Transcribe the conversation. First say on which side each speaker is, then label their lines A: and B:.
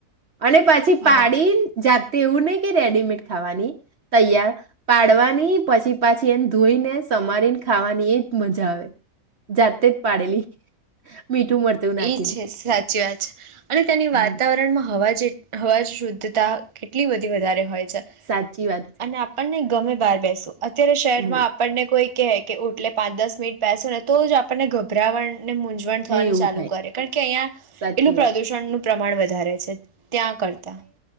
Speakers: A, on the right (about 45°); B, on the right (about 20°).
A: અને પછી
B: હા
A: પાડી જા તેવું નહીં કે રેડીમેડ ખાવાની તૈયાર પાડવાની પછી પાછી એને ધોઈને સમારીને ખાવાની એજ મજા આવે જાતે જ પાડેલી મીઠું મરચું નાખીને
B: એ છે સાચી વાત છે અને તેની
A: હમ,
B: વાતાવરણમાં હવા જે હવાજ શુદ્ધતા કેટલી બધી વધારે હોય.
A: સાચી વાત
B: અને આપણને ગમે બાર બેસો અત્યારે શહેરમાં
A: હમ,
B: આપણને કોઈ કે કે ઓટલે પાંચ દસ મિનિટ બેસો ને તો જ આપણને ગભરાવણ ને મૂંઝવણ થવાની
A: ને એવું
B: ચાલુ
A: થાય
B: કરે કારણ કે અહીં
A: સાચી
B: એટલું પ્રદુષણનું
A: વાત
B: પ્રમાણ વધારે છે ત્યાં કરતા